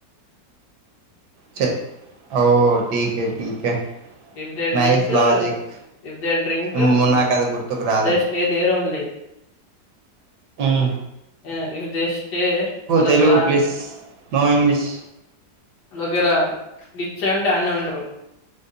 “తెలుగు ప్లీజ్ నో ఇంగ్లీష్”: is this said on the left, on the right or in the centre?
Right